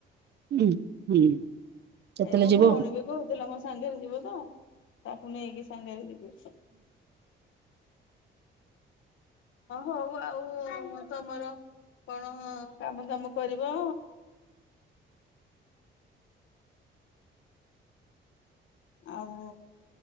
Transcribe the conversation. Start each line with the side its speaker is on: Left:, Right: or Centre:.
Right: ହୁଁ। ହୁଁ କେତେବେଳେ
Left: ଏଇ ମୋ
Right: ଯିବ?
Left: ଭଉଣୀ ବି କହୁଥିଲା ମୋ ସାଙ୍ଗରେ ଯିବ ତ ତାକୁ ନେଇକି ସାଙ୍ଗରେ ଯିବି। ହ ହଉ ଆଉ ତମର କଣ କାମ ଦାମ କରିବ ଆଉ